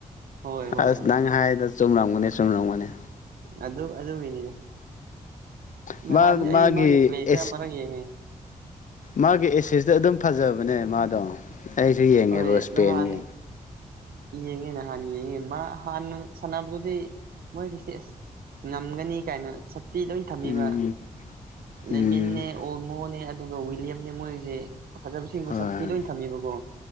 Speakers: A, on the right (about 80°); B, on the left (about 55°).
A: ꯍꯣꯏ ꯍꯣꯏ
B: ꯑꯁ
A: ꯍꯣꯏ
B: ꯅꯪ ꯍꯥꯏꯔꯤꯗꯣ ꯆꯨꯝꯂꯝꯒꯅꯤ ꯆꯨꯝꯂꯝꯒꯅꯤ꯫
A: ꯑꯗꯨ ꯑꯗꯨꯒꯤꯅꯤꯅꯦ ꯅꯍꯥꯟꯗꯤ
B: ꯃꯥ
A: ꯑꯩ ꯃꯥꯒꯤ ꯄ꯭ꯂꯦꯁꯦ
B: ꯑꯦꯁ
A: ꯑꯃꯛ ꯌꯦꯡꯉꯤ꯫
B: ꯃꯥꯒꯤ ꯑꯦꯁꯤꯁꯇꯣ ꯑꯗꯨꯝ ꯐꯖꯕꯅꯦ ꯃꯥꯗꯣ ꯑꯩꯁꯨ ꯌꯦꯡꯉꯦꯕ
A: ꯍꯣꯏ
B: ꯏꯁꯄꯦꯟꯒꯤ꯫
A: ꯅꯍꯥꯟ ꯌꯦꯡꯉꯦ ꯍꯥꯟ ꯌꯦꯡꯉꯦ ꯃꯥ ꯍꯥꯟꯅ ꯁꯥꯟꯅꯕꯗꯨꯗꯤ꯫ ꯃꯣꯏꯗꯤ ꯁꯦꯁ ꯉꯝꯒꯅꯤ ꯀꯥꯏꯅ꯫ ꯐꯤ ꯂꯣꯏ ꯊꯝꯃꯤꯕ
B: ꯎꯝ
A: ꯂꯃꯤꯟꯅ
B: ꯎꯝ ꯎꯝ
A: ꯑꯣꯃꯣꯅꯦ ꯑꯗꯨꯒ ꯋꯤꯂꯤꯌꯝꯅꯦ ꯃꯣꯏꯁꯦ ꯐꯖꯕꯁꯤꯡꯒꯣ
B: ꯍꯣꯏ
A: ꯁꯛꯄꯤ ꯂꯣꯏ ꯊꯝꯃꯤꯕꯀꯣ